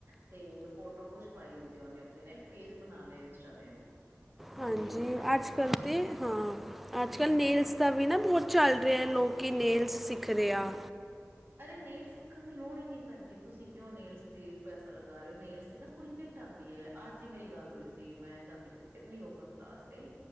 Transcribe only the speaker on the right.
ਤੇ ਫੋਟੋਜ਼ ਪਾਈ ਹੁੰਦੀ ਐ ਹੁਣ ਆਪਣੇ ਉਹਨੇ ਪੇਜ ਬਣਾ ਲੇ ਇੰੰਸਟਾ ਤੇ
ਤੇ
ਹਾਂ
ਹਮ
ਅਰੇ ਨੇਲ ਸਿੱਖਣ ਦੀ ਲੋੜ ਈ ਨੀ ਪੈਂਦੀ, ਤੁਸੀਂ ਕਿਉਂ ਨੇਲਸ ਤੇ ਪੈਸਾ ਲਗਾ ਰਹੇ ਓ ਨੇਲਸ ਦੀ ਨਾ ਪੂਰੀ ਕਿਟ ਆਂਦੀ ਐ ਅੱਜ ਮੇਰੀ ਗੱਲ ਹੋਈ ਸੀ ਮੈੰ ਜਾਂਦੀ ਪਈ ਸੀ ਆਪਣੀ ਜੋਗਾ ਕਲਾਸ ਤੇ